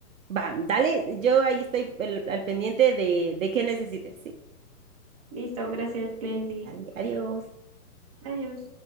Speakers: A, on the right (about 55°); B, on the right (about 25°).
A: Va, dale, yo ahí estoy al, al pendiente de, de qué necesites, ¿sí?
B: Listo, gracias, Glendy.
A: Dale, adiós.
B: Adiós.